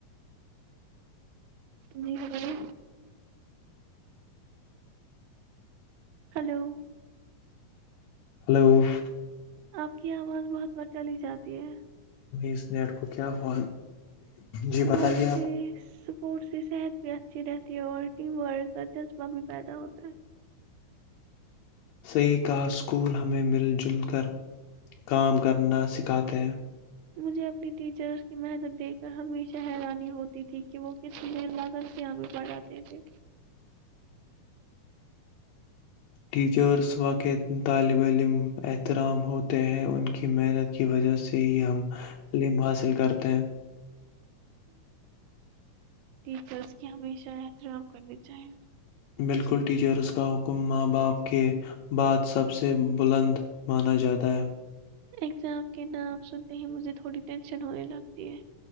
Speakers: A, on the right; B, on the left.
A: جی ب رہے ہلو <unintelligible>
B: ہلو <unintelligible>
A: آپ کی آواز بہت بڑ چلی جاتی ہے
B: اس نیٹ کو کیا ہوا جی بتائیے
A: بٹ سے
B: آپ
A: <unintelligible> اسپورٹس کی صحت بھی اچھی رہتی ہے اور ٹیم ورک کا جذبہ بھی پیدا ہوتا ہے
B: صحیح کہا اسکول ہمیں مل جل کر کام کرنا سکھاتے ہیں
A: مجھے اپنی ٹیچرس کی محنت دیک کر ہمیشہ حیرانی ہوتی تھی کہ وہ کس لی اللہ تن سیام پڑھاتے تھے
B: ٹیچرس واقع طالب علم احترام ہوتے ہیں ان کی محنت کی وجہ سے سے ہی ہم علم حاصل کرتے ہیں
A: بس کی ہمیشہ احترام کرنی چاہیے
B: بالکل ٹیچرز کا حکم ماں باپ کے بعد سب سے بلند مانا جاتا ہے
A: اگزام کے نام سنتے ہی مجھے تھوڑی ٹینشن ہونے لگتی ہے